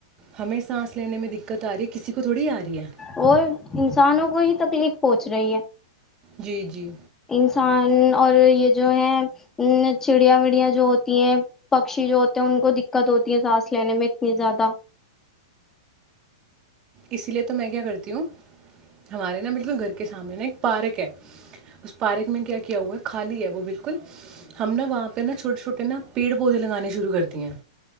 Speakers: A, on the right; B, on the left.
A: ہمیں سانس لینے میں دقت آ رہی ہے کسی کو تھوڑی آ رہی ہے
B: اوئے انسانوں کو ہی تکلیف پہنچ رہی ہے
A: جی جی
B: اور یہ جو ہیں چڑیا مڑیا جو ہوتی ہیں پکشی جو ہوتے ہیں ان کو دقت ہوتی ہیں سانس لینے میں اتنی زیادہ
A: اسی لیے تو میں کیا کرتی ہوں ہمارے نا بالکل کے سامنے ایک پارک ہے اس پارک میں کیا کیا ہوا ہے خالی ہے وہ کچھ ہم نا وہاں پہ نا چھوٹے چھوٹے نا پیڑ پودے لگانے شروع کر دیے ہیں